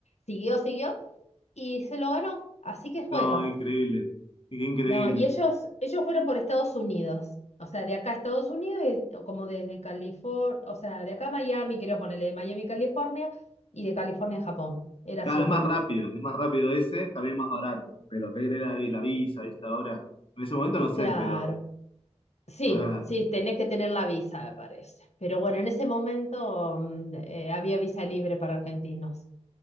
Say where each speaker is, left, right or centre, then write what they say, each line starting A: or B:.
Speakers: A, on the left; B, on the left.
A: siguió, siguió y se lo ganó, así que fueron.
B: No, increíble. Qué increíble.
A: No, y ellos, ellos fueron por Estados Unidos, o sea, de acá a Estados Unidos, y- o como desde California, o sea, de acá a Miami, quería ponerle de Miami, California, y de California a Japón, era
B: Cada
A: así
B: vez
A: el
B: más
A: viaje.
B: rápido, es más rápido ese, también más barato. Pero te que la, vi- la visa, ¿viste? Ahora, en ese momento no sé,
A: Claro.
B: pero
A: Sí,
B: Ahora,
A: sí, tenés que tener la visa, me parece. Pero bueno, en ese momento mm, eh, había visa libre para argentinos,